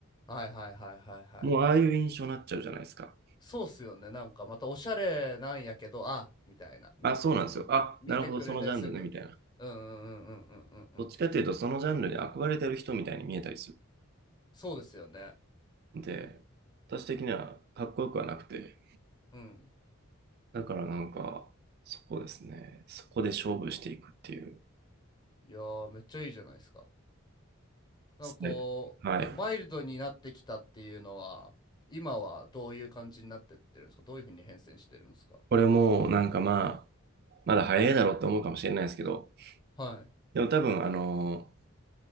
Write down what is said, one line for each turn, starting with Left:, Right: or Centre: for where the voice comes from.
Left: はいはいはいはいはいはい。
Right: もうああいう印象になっちゃうじゃないですか。
Left: そうっすよね。なんかまたおしゃれなんやけど、あ、みたいな。み、
Right: あ、そうなんですよ。あ、
Left: 見てくれですぐ。
Right: なるほど、そのジャンルね、みたいな。
Left: うんうんうんうんうんうんうん。
Right: どっちかというと、そのジャンルに憧れてる人みたいに見えたりす
Left: そうですよね。
Right: る。で、私的にはかっこよくはなくて、
Left: うん。
Right: だからなんか、そこですね。そこで勝負していくっていう
Left: いやー、めっちゃいいじゃないですか。なんかこう、
Right: スタイル。はい。
Left: マイルドになってきたっていうのは、今はどういう感じになってってるんですかどういうふうに変遷してるんですか
Right: これもなんかまあ、まだ早いだろうって思うかもしれないですけど、
Left: はい。
Right: でも多分あの、